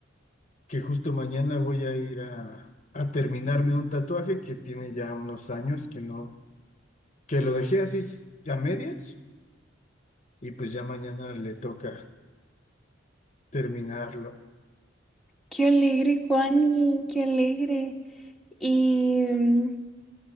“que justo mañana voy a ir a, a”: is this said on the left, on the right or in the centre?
Left